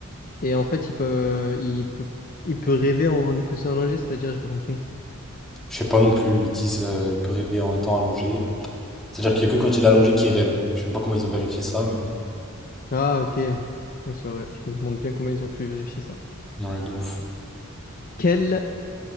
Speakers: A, on the left; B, in the centre.
A: Et en fait, il peut, il peut, il peut rêver en une position allongée, c'est-à-dire, j'ai pas compris.
B: Je sais pas non plus, ils disent euh, il peut rêver en étant allongé. C'est-à-dire qu'il y a que quand il est allongé qu'il rêve. Je sais même pas comment ils ont vérifié ça, mais...
A: Ah, ok. Ouais, C'est vrai. Je me demande bien comment ils ont pu vérifier ça.
B: Ouais, de ouf.
A: Quel,